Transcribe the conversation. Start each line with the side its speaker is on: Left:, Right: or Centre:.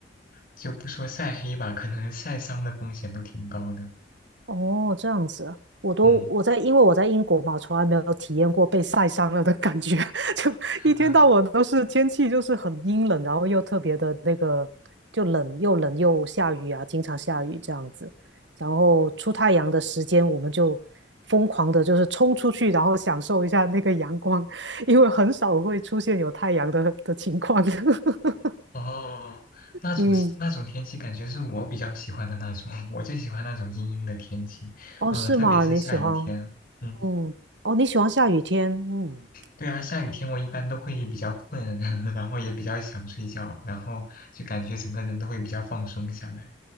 Left: 就不说晒黑吧，可能晒伤的风险都挺高的。
Right: 哦，这样子啊，我都我在，
Left: 嗯，
Right: 因为我在英国嘛，从来没有体验过被晒伤了的感觉，<laughs> 就一天到晚都是天气就是很阴冷，
Left: <laughs>
Right: 然后又特别的那个，就冷又冷又下雨啊，经常下雨这样子，然后出太阳的时间我们就疯狂的就是冲出去，然后享受一下那个阳光，<laughs> 因为很少会出现有太阳的的情况。<laughs>
Left: 哦，那种是那种天气，
Right: 嗯，
Left: 感觉是我比较喜欢的那种，<laughs> 我就喜欢那种阴阴的天气，
Right: 哦，
Left: 呃，
Right: 是吗？
Left: 特别是下雨天。
Right: 你喜欢？
Left: 嗯，
Right: 嗯，哦，你喜欢下雨天？嗯。
Left: 对啊，下雨天我一般都会比较困，<laughs> 然后也比较想睡觉，然后就感觉整个人都会比较放松下来。